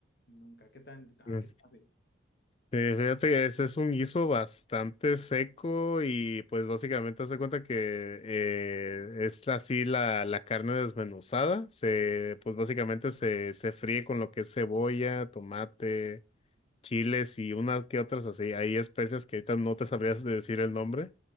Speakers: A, on the left; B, on the left.
A: nunca. ¿Qué tal? ¿A
B: mm.
A: qué sabe?
B: Sí, fíjate que ese es un guiso bastante seco y pues básicamente hace cuenta que eh, es así la, la carne desmenuzada, se, pues básicamente se, se fríe con lo que es cebolla, tomate, chiles y unas que otras así, hay especias que ahorita no te sabrías de decir el nombre